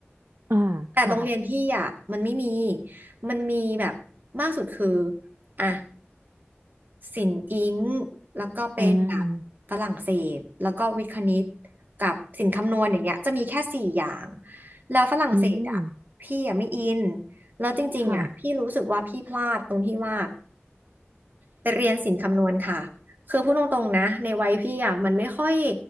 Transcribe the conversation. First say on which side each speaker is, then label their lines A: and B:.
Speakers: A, on the right; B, on the right.
A: อ่าค่ะ
B: แต่โรงเรียนพี่อ่ะมันไม่มีมันมีแบบมากสุดคืออ่ะ ศิลป์อิงค์แล้วก็เป็นแบบฝรั่งเศสแล้วก็วิทย์คณิต
A: อ่า
B: กับศิลป์คำนวณอย่างเงี้ยจะมีแค่สี่อย่างแล้วฝรั่งเศสอ่ะพี่อ่ะไม่อิน
A: อืม
B: แล้วจริงๆอ่ะพี่รู้สึกว่าพี่พลาดตรงที่ว่า
A: ค่ะ
B: ไปเรียนศิลป์คำนวณค่ะคือพูดตรงๆนะในวัยพี่อ่ะมันไม่ค่อย